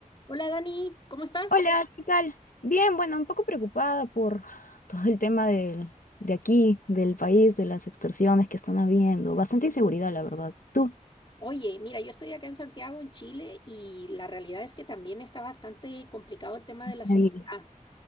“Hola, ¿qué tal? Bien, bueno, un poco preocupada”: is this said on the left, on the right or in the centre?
Left